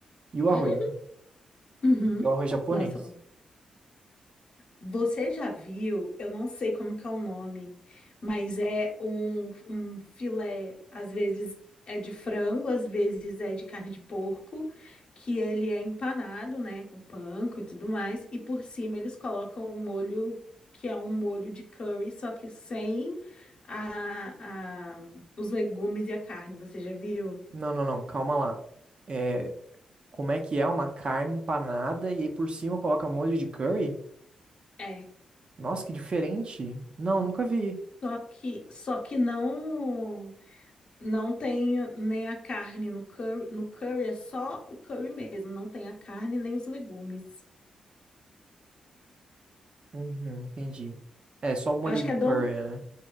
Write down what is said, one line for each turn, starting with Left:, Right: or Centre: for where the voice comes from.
Right: E
Left: <laughs>
Right: o arroz, né?
Left: Uhum.
Right: É o arroz japonês.
Left: Nossa, bom. Você já viu, eu não sei como que é o nome, mas é um, um filé, às vezes é de frango, às vezes é de carne de porco, que ele é empanado, né, com panko e tudo mais, e por cima eles colocam um molho que é um molho de curry, só que sem a, a- os legumes e a carne, você já viu?
Right: Não, não, não, calma lá. É, como é que é uma carne empanada e aí por cima coloca molho de curry?
Left: É.
Right: Nossa, que diferente. Não, nunca vi.
Left: Só que, só que não. Não tem nem a carne no curry. No curry é só o curry mesmo, não tem a carne nem os legumes.
Right: Uhum, entendi. É, só o molho
Left: Eu acho
Right: do
Left: que é
Right: curry,
Left: don,
Right: né?